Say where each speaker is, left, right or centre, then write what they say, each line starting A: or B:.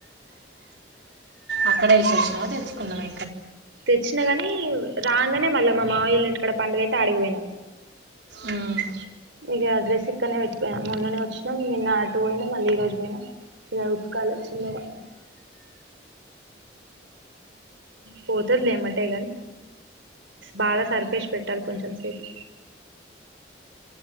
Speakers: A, on the right; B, on the right.
A: అక్కడే ఏ సచ్చినవా ఇక్కడికే తెచ్చుకున్నావా
B: తెచ్చినా కాని రాగానే మళ్ళీ మా మామయ్య ఇంటికాడ పండుగ అయితే అడిగిపోయినా
A: మ్మ్.
B: ఇక డ్రెస్ ఇక్కడనే పెట్టిపోయినా మొన్ననే వచ్చినాం నిన్న అటు పోయినా మళ్ళీ ఈ రోజు పోయినా ఉతకాల చిన్నగా పోతుంది లే ఎమ్మటే బాగా సరిపేసి పెట్టాలి కొంచెం సేపు